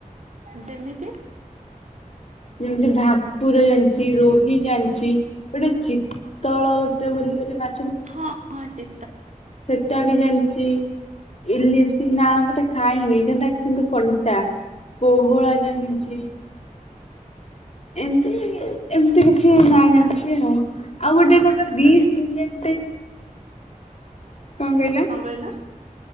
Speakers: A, on the right; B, on the left.
A: ଯେମିତି
B: ଯେମିତି ଭାକୁର ଜାଣିଛି ରୋହି ଜାଣିଛି ଗୋଟେ ଚିତ୍ତଳ ଗୋଟେ ବୋଲି ଗୋଟେ ମା
A: ହଁ ହଁ ଯେ
B: ସେଟା ବି ଜାଣିଛି ଇଲିସ୍ ନା ସେଟା ଖାଇନି କେତା କିନ୍ତୁ କଣ୍ଟା ପୋହଳା ଜାଣିଛି। ଏମ ଏମିତି କି ଛି ନାଁ ଜାଣିଛି
A: ମାନେ
B: ଆଉ ଆଉ ଗୋଟେ
A: ତମେ
B: କଣ
A: ସେପଟେ
B: ଦୀ ସୀଙ୍ଗିଆ
A: କଣ
B: ଗୋଟେ କଣ କହିଲା?
A: କହିଲ